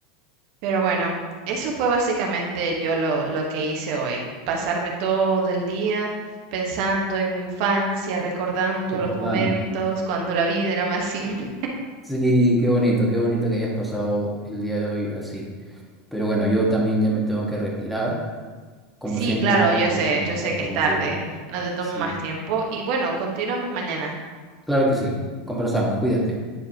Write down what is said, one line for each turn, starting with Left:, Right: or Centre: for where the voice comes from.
Right: Pero bueno, eso fue básicamente yo lo, lo que hice hoy, pasarme todo el día pensando en mi infancia, recordando
Centre: Recordando.
Right: los momentos cuando la vida era más <laughs> simple.
Centre: Sí, qué bonito, qué bonito que hayas pasado el día de hoy así. Pero bueno, yo también ya me tengo que retirar. Como
Right: Sí,
Centre: siempre,
Right: claro,
Centre: un gusto
Right: yo sé,
Centre: conversar
Right: yo sé que
Centre: contigo.
Right: es tarde, no te tomo
Centre: Sí,
Right: más tiempo y bueno, continuamos mañana.
Centre: claro que sí. Conversamos, cuídate.